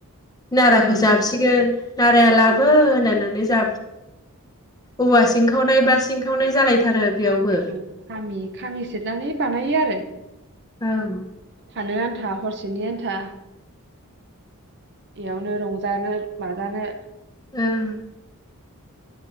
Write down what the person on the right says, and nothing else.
ओं
औ खामि खामि सेरनानै बानायो आरो
थानो आन्था हरसेनि आन्था इयावनो रंजानो माजानो